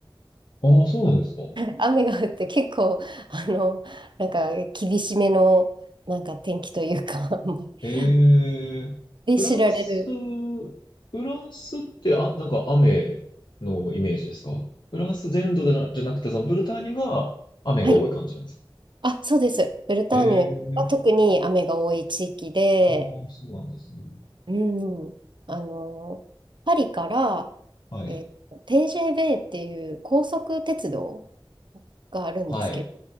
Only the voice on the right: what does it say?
雨が降って結構、あの、なんか厳しめの、なんか天気というか <laughs>
で知られる。
はい。あ、そうです。ブルターニュは特に雨が多い地域で、
うん、あの、パリから、
えっと、t ベ v っていう高速鉄道があるんですけど、